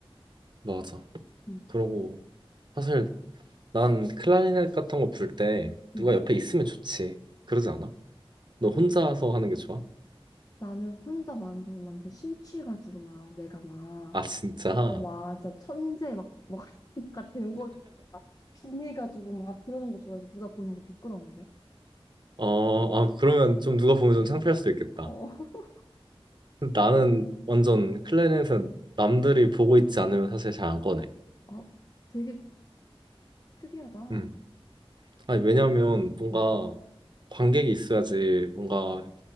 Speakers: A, on the right; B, on the left.
A: 맞아.
B: 음,
A: 그러고 사실 난 클라리넷 같은 거 불 때
B: 음.
A: 누가 옆에 있으면 좋지. 그러지 않아? 너 혼자서 하는 게 좋아?
B: 나는 혼자 완전 완전 심취해가지고 막 내가 막
A: 아, 진짜?
B: 어, 맞아. 천재 막, 막, 그러니까 되는 거, 막 비밀가지고 막 그러는 거 좋아해서 누가 보는 거 부끄러운데.
A: 어, 아, 그러면 좀 누가 보면 좀 창피할 수도 있겠다.
B: 어, <laughs>
A: 나는 완전 클라리넷은 남들이 보고 있지 않으면 사실 잘 안 꺼내.
B: 아, 되게 특이하다.
A: 음. 아니, 왜냐면 뭔가
B: 응.
A: 관객이 있어야지 뭔가